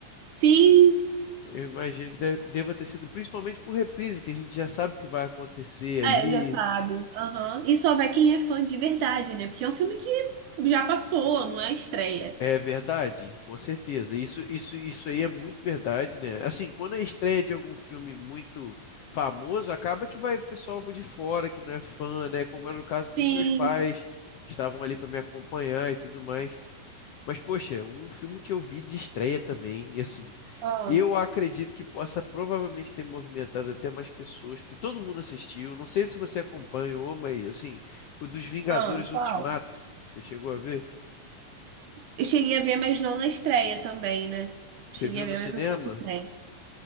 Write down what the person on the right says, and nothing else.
Sim.
É,
já sabe. Aham. E só vai quem é fã de verdade, né? Porque é um filme que já passou, não é a estreia.
Sim.
Ah,
ah, qual?
Eu cheguei a ver, mas não na estreia também, né?
Cheguei
a ver,
mas não foi na estreia.